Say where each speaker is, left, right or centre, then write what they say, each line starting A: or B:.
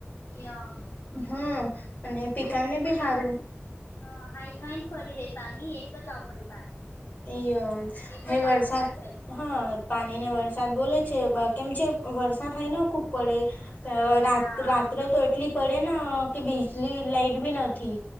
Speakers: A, on the left; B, on the left.
A: યા
B: હમ અને પિકાને બી હારું
A: <unintelligible>
B: <unintelligible>
A: એક જ દાવ વરસાદ થયો
B: પાણી ને વરસાદ બોલે છે કેમ છે વરસાા થાયને ખૂબ પડે રા
A: હા
B: રાત્ર તો એટલી પડે ને કે બીજલી લાઈટ બી નથી.